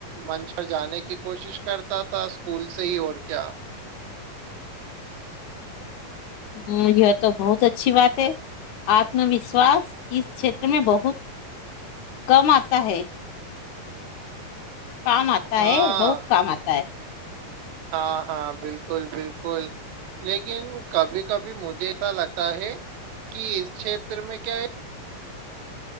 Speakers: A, on the right; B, on the left.
A: منچ پر جانے کی کوشش کرتا تھا اسکول سے ہی اور کیا
B: ہ یہ تو بہت اچھی بات ہے آتم وشواس اس چھیتر میں بہت کم آتا ہے کام آتا
A: ہاں
B: ہے بہت کام آتا ہے
A: ہاں ہاں بالکل بالکل لیکن کبھی کبھی مجھے ایسا لگتا ہے کہ اس چھیتر میں کیا ہے